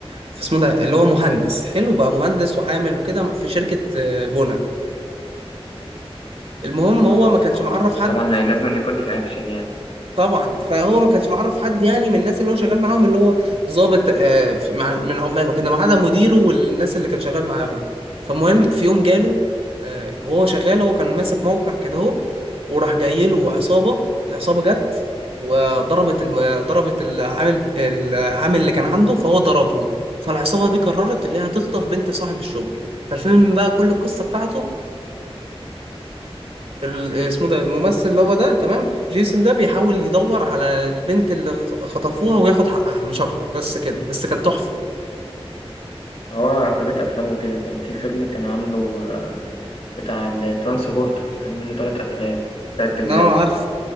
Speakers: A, on the right (about 70°); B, on the left (about 75°).
A: في اسمه ده اللي هو مهندس حلو بقى مهندس وعامل وكده في شركه آه، بنا المهم هو
B: اه
A: ما كانش
B: اه
A: معرف حد
B: طبعا لازم أن يكون في اكشن يعني
A: طبعا فهو ما كانش معرف حد يعني من الناس اللي هو شغال معاهم اللي هو ضابط آه، في- مع من عماله كده ما عدا مديره والناس اللي كان شغال معاهم فمهم في يوم جاله آه، وهو شغال هو كان ماسك موقع كده اهو وراح جاي له عصابه العصابه جت وضربت الم... ضربت العامل العامل اللي كان عنده فهو ضربهم فالعصابه دي قررت اللي هي هتخطف بنت صاحب الشغل فالفيلم بقى كل القصه بتاعته ال- اسمه ده الممثل اللي هو ده تمام جيسون ده بيحاول يدور على البنت اللي خط- خطفوها وياخد حقها مش اكتر بس كده بس كان تحفة
B: هو اغلبيه افلامه كده كان في فيلم كان عامله آه، بتاع الترانسبورتر يعني منه تلات افلام تلات اجزاء
A: اه عارف